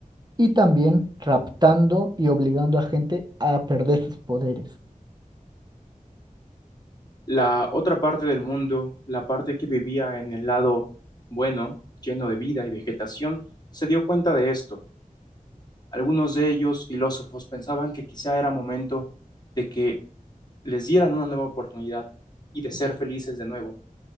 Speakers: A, on the right; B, on the left.
A: y también raptando y obligando a gente a perder sus poderes.
B: La otra parte del mundo, la parte que vivía en el lado bueno, lleno de vida y vegetación, se dio cuenta de esto. Algunos de ellos, filósofos, pensaban que quizá era momento de que les dieran una nueva oportunidad y de ser felices de nuevo.